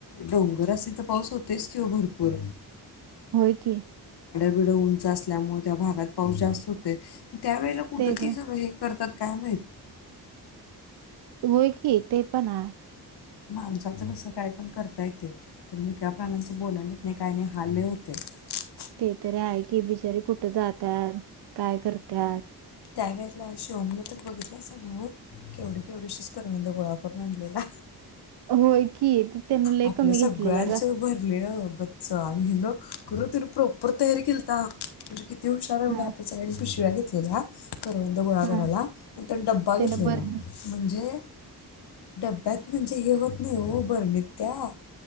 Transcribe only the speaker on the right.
होय कि
ते पण
होय की ते पण आहे
ते तरी आहे कि बिचारीे कुठे जातात काय करतात
होय की त्यान लय
कमी
घेतलेला ग
हा
हा
त्यान बरणी